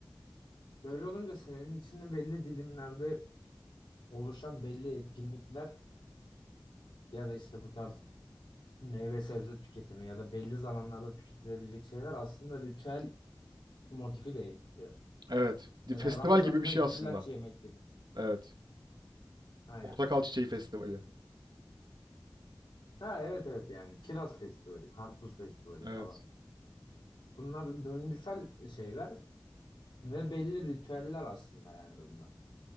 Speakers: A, on the left; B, on the right.
A: Böyle olunca senin içinde belli dilimlerde oluşan belli etkinlikler ya da işte bu tarz meyve sebze tüketimi ya da belli zamanlarda tüketilebilecek şeyler aslında ritüel motifi de ekliyor.
B: Evet.
A: Mesela
B: Festival
A: Ramazan'da
B: gibi bir şey
A: güllaç
B: aslında.
A: yemek gibi.
B: Evet.
A: Aynen.
B: Portakal Çiçeği Festivali.
A: Ha evet evet yani kiraz festivali, karpuz festivali
B: Evet.
A: falan. Bunlar döngüsel şeyler Ve belli ritüeller aslında yani bunlar.